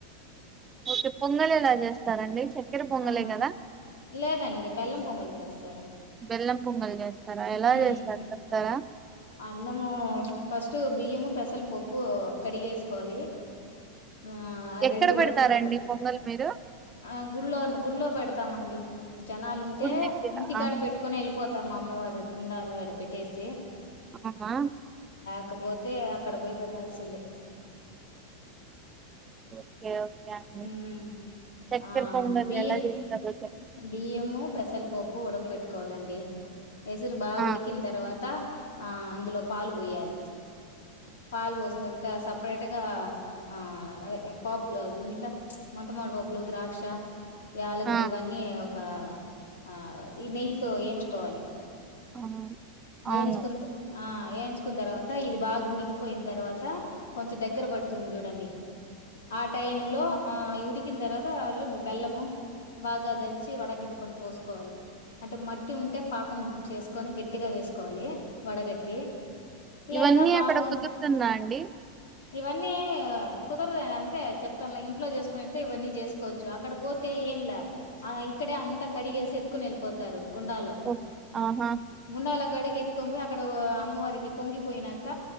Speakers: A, on the right; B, on the left.
A: ఓకే పొంగల్ ఎలా చేస్తారండి చె చెక్కెర పొంగలే
B: ఆ
A: కదా
B: లేదండి బెల్లం పొంగలు చేస్తారు
A: బెల్లం పొంగలీ చేస్తారా ఎలా
B: ఉమ్
A: చేస్తారు చెప్తారా
B: అన్నము ఫస్ట్ బియ్యము పెసలపప్పు కడిగేసుకోవాలి ఆ ఆ
A: ఎక్కడ
B: రెండు ఉడక
A: పెడతారండి
B: పెట్టుకో
A: పొంగల్ మీరు
B: ఆ గుళ్ గుళ్ళో పెడతామండి జనాలుంటే
A: గుడి దగ్గర
B: ఇంటికాడ
A: ఆహా
B: పెట్టుకొని వెళ్ళిపోత తం మా అమ్మవారి కుండాలో ఈడ పెట్టేసి
A: ఆమా?
B: ఇకపోతే అక్కడ పోయి పెట్టాల్సిందే
A: ఓకే ఓకే అండి
B: ఉమ్
A: చక్కెర
B: ఆ
A: పొంగలి
B: బియ్య
A: ఎలా చేత్తరు.
B: బియ్యము పెసల్ పప్పు ఉడకబెట్ పెట్టుకోవాలండి. ఎసరు బాగా
A: ఆ
B: ఉడికిన తర్వాత. తా ఆ అందులో పాలు పోయాలి పాలు పోసిన తర్వాత సపరేట్గా ఆ అదే పాపులుం అవుండ్ల మొంతమడి పాపులు ద్రాక్ష ఏళకు
A: ఆ
B: లేవ్ ఒక, ఆ ఈ నెయ్యితో ఏంచుకోవాలి.
A: ఆ అవును
B: ఏంచుకుంట. ఆ వేయించుకున్న తర్వాత, ఇది బాగా ఉడికిపోయిన, తర్వాత కొంచెం దగ్గర పడుతుంది చూడండి. ఆ టైమ్ లో... ఆ అయి ఉడికిన తర్వాత అట్లో బెల్లము. బాగా దంచి వడగట్టుకొని పోసుకోవాలి, అంటే మట్టి ఉంటే పాకం చేసుకొని గట్టిగా వేసుకోవాలి, వడగట్టి. లేదా
A: ఇవన్నీ
B: బాగు
A: అక్కడ కుదురుతుందా అండి?
B: ఇవన్నీ కుదరదు అని అంతే చెప్తనులా ఇంట్లో చేసుకునియితే ఇవన్నీ చేసుకోవచ్చు అక్కడ పోతే ఏమిలా. ఆ ఇక్కడే అంతా కడిగేసి ఎత్తుకుని వెళ్ళిపోతారు గుండాలో
A: ఓ ఆహా
B: గుండాలో అక్కడికి ఎత్తుకొని పోయి అక్కడ అమ్మవారికి పొంగిపోయినాక